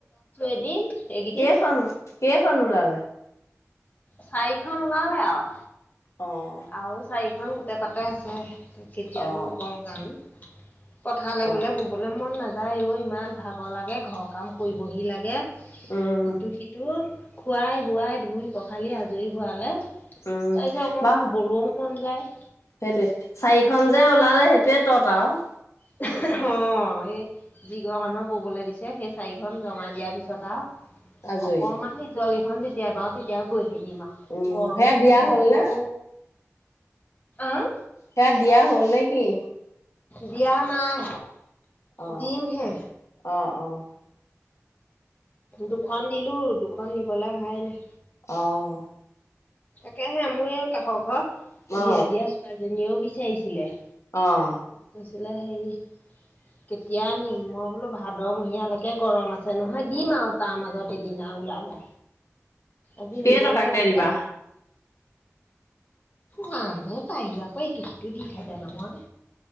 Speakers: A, on the left; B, on the left.
A: এদিন এইকেইদিন
B: কে খান কে খানু ওলালে
A: চাৰিখন ওলালে আও।
B: অ'।
A: আৰু চাৰিখন গোটেই পাতে আছে কেতিয়ানো
B: অ
A: বো জানো পথালৈ
B: অ
A: গ'লে বুবলৈ মন নাযায় অ', ইমান ভাগৰ লাগে ঘৰ কাম কৰিবহি লাগে।
B: উম
A: ইটো সিটো খুৱাই বোৱাই ধুই পখালি আজৰি হোৱালে।
B: উম
A: তাৰপিছত অকমান
B: বা
A: শুবলৈও মন যায়।
B: সেইটোৱে চাৰিখন যে ওলালে সেইটোৱে তত আৰু
A: অ', সেই যিঘৰ মানুহক ব'বলৈ দিছে সেই চাৰিখন জমা দিয়াৰ পিছত আৰু
B: আজৰি
A: অকমান নিজৰ কেইখন যেতিয়া বৈ তেতিয়াও বৈ থাকিম আৰু।
B: উম
A: গৰমো
B: সেয়া দিয়া
A: যিটো
B: হ'ল নে
A: আহ।
B: সেয়া দিয়া হ'ল নে কি?
A: দিয়া নাই
B: অ
A: দিম হে।
B: অ', অ'।
A: দুখন দিলো দুখন নিবলৈ অহাই নাই।
B: অ'।
A: তাকেহে মোৰ এই কাষৰ ঘৰ
B: অ
A: বিয়া দিয়া ছোৱালীজনীয়েও বিচাৰিছিলে।
B: অ'।
A: কৈছিলে সেই কেতিয়া নিম মই বোলো ভাদমহিয়ালৈকে গৰম আছে নহয় দিম আৰু। তাৰ মাজত সেইদিনা ওলালে আজি
B: কেই
A: নিবলে
B: টকাকে
A: লাগে।
B: দিবা
A: মানুহো পাই আকৌ এইটো সিটো দি থাকে নহয়।